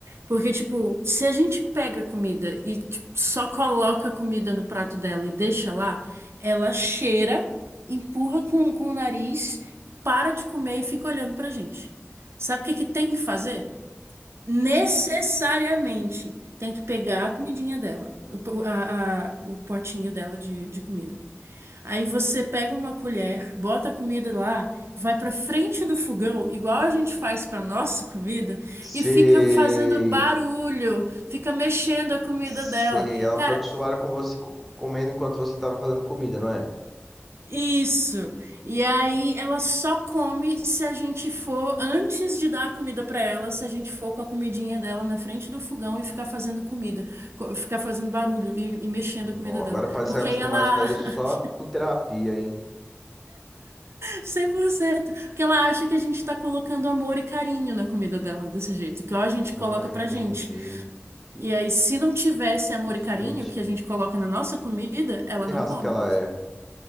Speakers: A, on the right; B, in the centre.
A: Porque, tipo, se a gente pega comida e tipo, só coloca comida no prato dela e deixa lá, ela cheira, empurra com, com o nariz, para de comer e fica olhando pra gente. Sabe o que que tem que fazer? Necessariamente tem que pegar a comidinha dela, o, po- a- a- o potinho dela de, de comida. Aí você pega uma colher, bota a comida lá, vai pra frente do fogão, igual a gente faz com a nossa comida,
B: Sei.
A: e fica fazendo barulho, fica mexendo a comida
B: Sei.
A: dela.
B: Ela
A: Cara,
B: foi acostumada com você co- comendo enquanto você tava fazendo comida, não é?
A: Isso. E aí ela só come se a gente for, antes de dar a comida pra ela, se a gente for com a comidinha dela na frente do fogão e ficar fazendo comida, co- ficar fazendo barulho e, e mexendo
B: Não,
A: a comida dela.
B: agora pra desacostumar
A: Porque aí ela
B: isso daí
A: <laughs>
B: é só com terapia, hein?
A: 100%, porque ela acha que a gente tá colocando amor e carinho na comida dela desse jeito, que ó, a gente
B: Ah,
A: coloca pra
B: entendi.
A: gente. E aí se não tivesse amor
B: Muito
A: e carinho
B: bonitinho.
A: que a gente coloca na nossa comida, ela
B: Que
A: não
B: raça
A: come.
B: que ela é?